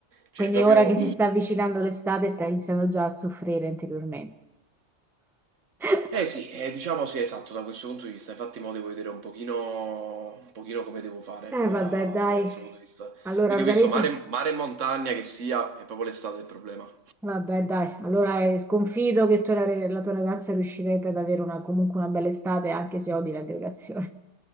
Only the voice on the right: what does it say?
Cioè
proprio
Eh sì, eh, diciamo sì, esatto, da questo punto di vista, infatti mo devo vedere un pochino, un pochino come devo fare, ecco,
da,
da questo punto di vista.
Quindi
questo mare, mare e montagna che sia, è proprio l'estate il problema.